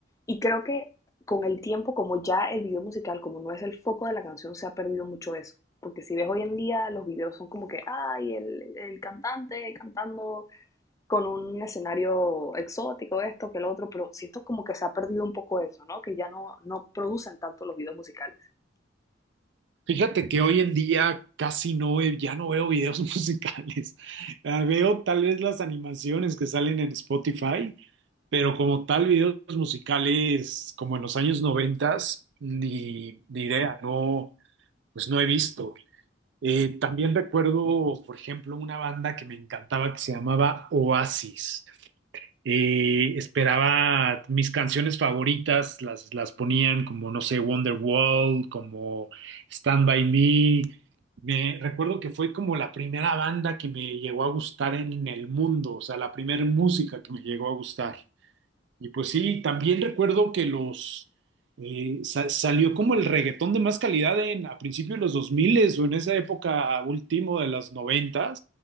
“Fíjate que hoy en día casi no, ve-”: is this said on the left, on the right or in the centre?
Right